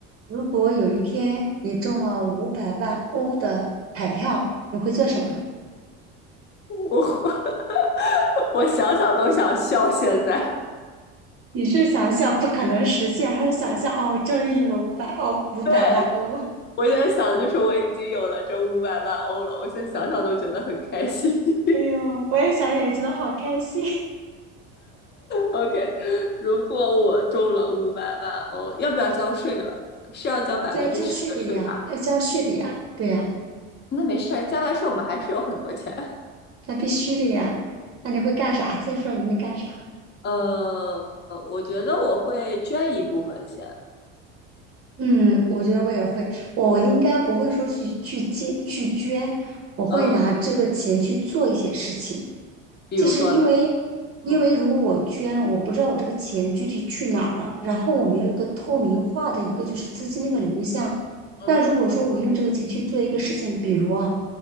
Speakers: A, on the right; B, on the left.
A: 如果有一天你中了五百万欧的彩票，你会做什么？
B: 我 <laughs> 我想想都想笑。现在，
A: 你是想象不可能实现，还是想象哦，终于有了五百欧，五百万欧？
B: 对我现在想的就是我已经有了这五百万欧了，我现在想想都觉得很开心。
A: 哎呦，
B: <laughs>
A: 我也想想，也觉得好开心。
B: OK，如果我中了五百万欧，要不要交税了？是要交百分之十的税吧？
A: <laughs> 就要交税的呀，要交税的呀，对呀，
B: 那没事交完税我们还是有很多钱。
A: 那必须的呀。那你会干啥？先说你会干啥？
B: 呃，我觉得我会捐一部分先。
A: 嗯，我觉得我也会，我应该不会说是去捐去捐，我会拿这个钱去做一些事情。
B: 嗯，比如说呢，
A: 就是因为，因为如果我捐了，
B: 嗯
A: 我不知道我这个钱具体去哪儿了，然后我没有一个透明化的一个就是资金的一个流向。
B: 嗯
A: 那如果说我用这个钱去做一个事情，比如啊，